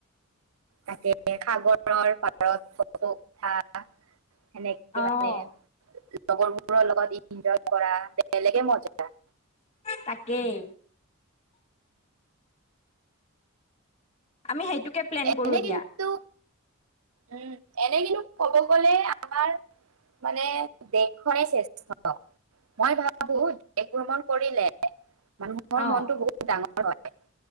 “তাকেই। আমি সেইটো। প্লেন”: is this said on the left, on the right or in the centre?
Left